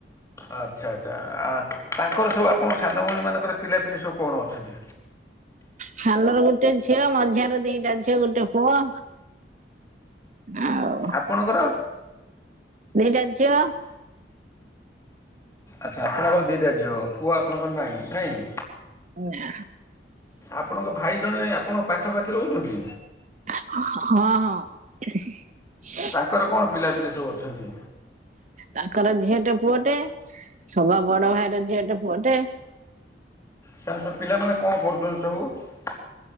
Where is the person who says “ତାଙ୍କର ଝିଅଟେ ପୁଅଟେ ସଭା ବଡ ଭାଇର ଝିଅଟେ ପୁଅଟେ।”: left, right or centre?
Right